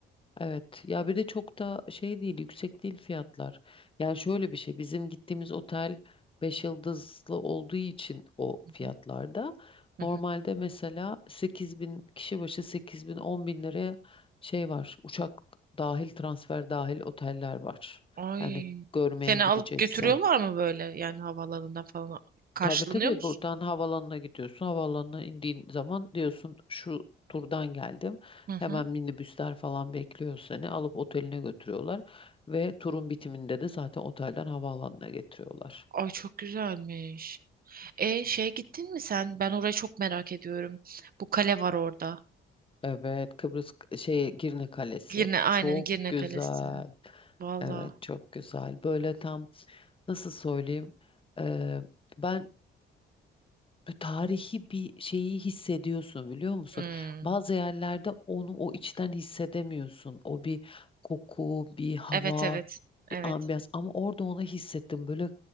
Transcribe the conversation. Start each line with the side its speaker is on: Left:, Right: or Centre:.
Left: Evet ya bir de çok da şey değil yüksek değil fiyatlar. Yani şöyle bir şey bizim gittiğimiz otel 5 yıldızlı olduğu için o
Right: Hı
Left: fiyatlarda.
Right: hı. Hı
Left: Normalde
Right: hı.
Left: mesela 8 bin kişi başı 8 bin 10 bin liraya şey var uçak dahil transfer dahil oteller var.
Right: Ay.
Left: Yani görmeye
Right: Seni
Left: gidecekse.
Right: alıp götürüyorlar mı böyle? Yani havalarından falan karşılanıyor
Left: Tabii tabii
Right: musun?
Left: buradan havaalanına gidiyorsun. Havaalanına indiğin zaman diyorsun şu turdan geldim.
Right: Hı hı.
Left: Hemen minibüsler falan bekliyor seni. Alıp oteline götürüyorlar. Ve turun bitiminde de zaten otelden havaalanına getiriyorlar.
Right: Ay çok güzelmiş. E şeye gittin mi sen? Ben orayı çok merak ediyorum. Bu kale var orada.
Left: Evet Kıbrıs şey Girne Kalesi
Right: Girne aynen
Left: çok
Right: Girne
Left: güzel.
Right: Kalesi. Valla.
Left: Evet çok güzel. Böyle tam nasıl söyleyeyim? Eee, ben Böyle tarihi bir şeyi hissediyorsun biliyor musun?
Right: Hmm.
Left: Bazı yerlerde onu o içten hissedemiyorsun. O bir koku, bir hava,
Right: Evet evet. Evet.
Left: bir ambiyans ama orada onu hissettim. Böyle